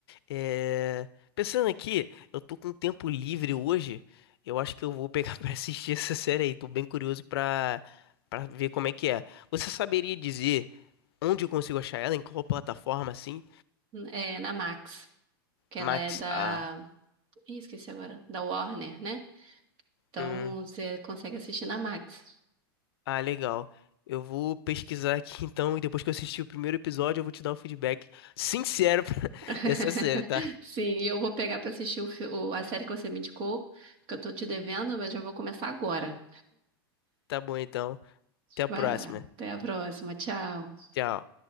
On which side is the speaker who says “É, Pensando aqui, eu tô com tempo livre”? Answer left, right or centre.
Left